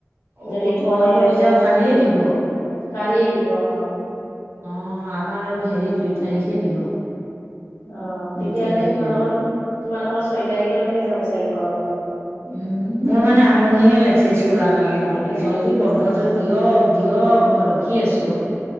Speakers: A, on the right; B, on the left.
A: ঔ
B: যদি
A: তোমালোকৰ
B: কয় আৰু
A: ৰিজাল্ট কালিয়ে দিব?
B: কালি দিব অঁ।
A: অঁ আমাৰ আৰু হেৰি দুই তাৰিখে দিব।
B: অ তেতিয়াহলে
A: দুই তাৰিখে
B: তোমালোকৰ
A: দিব
B: টো তোমালোকৰ ছয় তাৰিখলৈকে যাব চাগে গৰম বন্ধ।
A: উ মোৰ মানে আমনিয়ে লাগিছে স্কুল আনা নিয়া কৰি
B: তে
A: জল্দি বন্ধটো দিয়ক দি দিয়ক মই
B: অ',
A: ৰখি আছো,